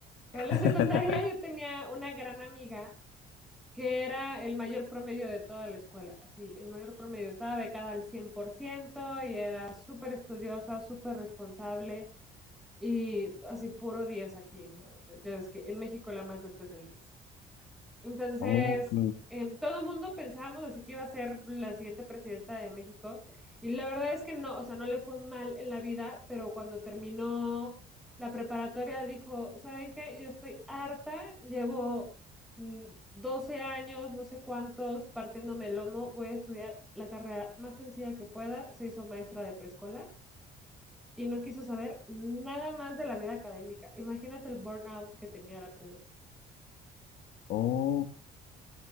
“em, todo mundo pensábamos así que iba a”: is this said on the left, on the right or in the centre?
Centre